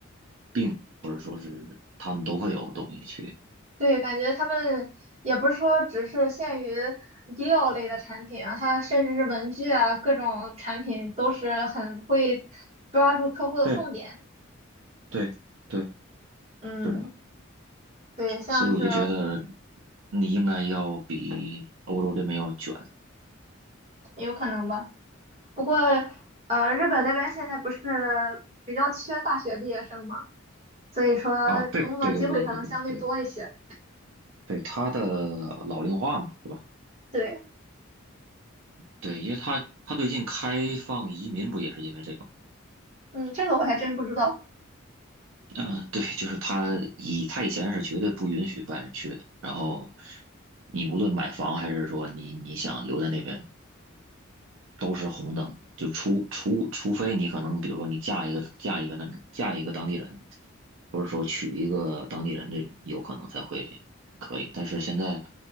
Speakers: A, on the right; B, on the right.
A: 病，或者说是他们都会有东西去，
B: 对，感觉他们也不是说只是限于医药类的产品啊，它甚至是文具啊，各种产品都是很会抓住客户的痛点，
A: 对对对，
B: 嗯，
A: 是的，
B: 对，像是
A: 所以我就觉得你应该要比欧洲这边要卷
B: 有可能吧。不过，呃，日本那边现在不是比较缺大学毕业生嘛，所以说工作机会可能相对多一些。
A: 啊，对对对对对对对。对他的老龄化嘛，是吧？
B: 对，
A: 对，因为他他最近开放移民不也是因为这个吗
B: 嗯，这个我还真不知道。
A: 嗯、<laughs> 对，就是他以他以前是绝对不允许外人去的，然后你无论买房还是说你你想留在那边，都是红灯，就除除除非你可能比如说你嫁一个嫁一个那嫁一个当地人，或者说娶一个当地人这种，有可能才会可以。但是现在